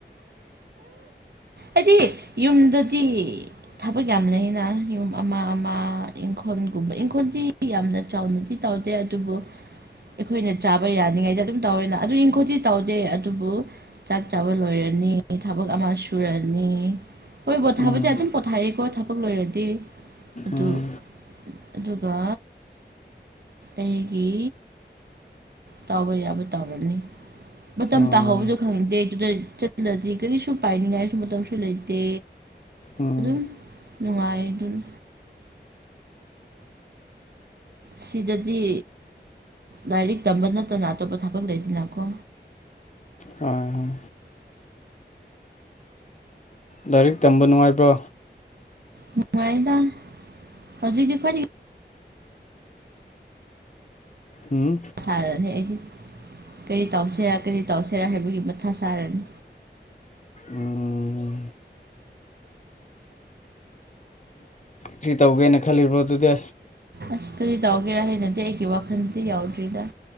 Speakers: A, on the right; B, on the left.
A: ꯑꯩꯗꯤ ꯌꯨꯝꯗꯗꯤ ꯊꯕꯛ ꯌꯥꯝ ꯂꯩꯌꯦꯅ ꯌꯨꯝ ꯑꯃ ꯑꯃ ꯏꯪꯈꯣꯟꯒꯨꯝꯕ ꯏꯪꯈꯣꯟꯗꯤ ꯌꯥꯝꯅ ꯆꯥꯎꯅꯗꯤ ꯆꯥꯎꯗꯦ ꯑꯗꯨꯕꯨ ꯑꯩꯈꯣꯏꯅ ꯆꯥꯕ ꯌꯥꯅꯤꯡꯉꯥꯏꯗꯤ ꯑꯗꯨꯝ ꯇꯧꯋꯦꯅ ꯑꯗꯨ ꯏꯪꯈꯣꯟꯗꯤ ꯇꯧꯗꯦ ꯑꯗꯨꯕꯨ ꯆꯥꯛ ꯆꯥꯕ ꯂꯣꯏꯔꯅꯤ ꯊꯕꯛ ꯑꯃ ꯁꯨꯔ ꯅꯤ ꯍꯣꯏ ꯄꯣꯊꯥꯕꯗꯤ
B: ꯎꯝ
A: ꯑꯗꯨꯝ ꯄꯣꯊꯥꯏꯌꯦꯀꯣ ꯊꯕꯛ ꯂꯣꯏꯔꯗꯤ ꯑꯗꯨ
B: ꯎꯝ
A: ꯑꯗꯨꯒ ꯑꯩꯒꯤ ꯇꯥꯎꯕ ꯌꯥꯕ ꯇꯧꯔꯅꯤ ꯃꯇꯝ
B: ꯎꯝ
A: ꯇꯥꯍꯧꯕꯖꯨ ꯈꯪꯗꯦ ꯗꯨꯗ ꯆꯠꯂꯗꯤ ꯀꯔꯤꯁꯨ ꯄꯥꯏꯅꯤꯡꯉꯥꯏ ꯃꯇꯝꯁꯨ ꯂꯩꯇꯦ
B: ꯎꯝ
A: ꯑꯗꯨꯝ ꯅꯨꯡꯉꯥꯏꯗꯨꯅ ꯁꯤꯗꯗꯤ ꯂꯥꯏꯔꯤꯛ ꯇꯝꯕ ꯅꯠꯇꯅ ꯑꯇꯣꯞꯄ ꯊꯕꯛ ꯂꯩꯇꯦꯅꯀꯣ
B: ꯍꯣꯏ ꯍꯣꯏ ꯂꯥꯏꯔꯤꯛ ꯇꯝꯕ ꯅꯨꯡꯉꯥꯏꯕ꯭ꯔꯣ
A: ꯅꯨꯡꯉꯥꯏꯗ ꯍꯧꯖꯤꯛꯗꯤ ꯈꯋ꯭ꯥꯏꯗꯒꯤ
B: ꯎꯝ
A: ꯁꯥꯔꯅꯤ ꯑꯩꯗꯤ ꯀꯔꯤ ꯇꯧꯁꯦꯔꯥ ꯀꯔꯤ ꯇꯧꯁꯦꯔꯥ ꯍꯥꯏꯕꯒꯤ ꯃꯊꯥ ꯁꯥꯔꯅꯤ
B: ꯎꯝ ꯀ꯭ꯔꯤ ꯇꯧꯒꯦꯅ ꯈꯜꯂꯤꯕ꯭ꯔꯣ ꯗꯨꯗꯤ
A: ꯑꯁ ꯀꯔꯤ ꯇꯧꯒꯦꯔꯥ ꯍꯥꯏꯅꯗꯤ ꯑꯩꯒꯤ ꯋꯥꯈꯟꯗꯤ ꯌꯥꯎꯗ꯭ꯔꯤꯗ